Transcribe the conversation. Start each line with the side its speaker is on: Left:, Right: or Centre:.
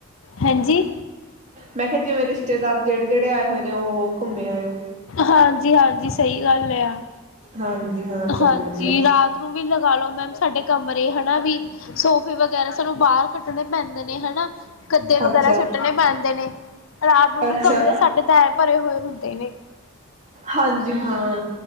Left: ਹਾਂਜੀ
Right: ਮੈਂ ਕਿਆ ਜਿਵੇਂ ਰਿਸ਼ਤੇਦਾਰ ਜੇੜੇ -ਜੇੜੇ ਆਏ ਹੋਏ ਨੇ। ਉਹ ਘੁੰਮੇ ਆਇਓ
Left: ਹਾਂਜੀ -ਹਾਂਜੀ ਸਈ ਗੱਲ ਏ ਆ।
Right: ਹਾਂਜੀ। ਹਾਂ ਚਲੋ
Left: ਹਾਂਜੀ
Right: ਵਧੀਆ
Left: ਰਾਤ ਨੂੰ ਵੀ ਲਗਾਲੋ ਮੈਮ ਸਾਡੇ ਕਮਰੇ ਹਨਾ ਵੀ ਸੋਫੇ ਵਗੈਰਾ ਸਾਨੂੰ- ਬਾਹਰ ਕੱਟਣੇ ਪੈਂਦੇ- ਨੇ ਹਨਾ ਗੱਦੇ ਵਗੈਰਾ
Right: ਅੱਛਾ
Left: ਸੁੱਟਣੇ ਪੈਂਦੇ ਨੇ ਰਾਤ ਨੂੰ
Right: ਅੱਛਾ
Left: ਵੀ ਕਮਰੇ ਸਾਡੇ ਟਾਈਮ- ਹੋਏ ਹੁੰਦੇ ਨੇ-
Right: ਹਾਂਜੀ ਹਾਂ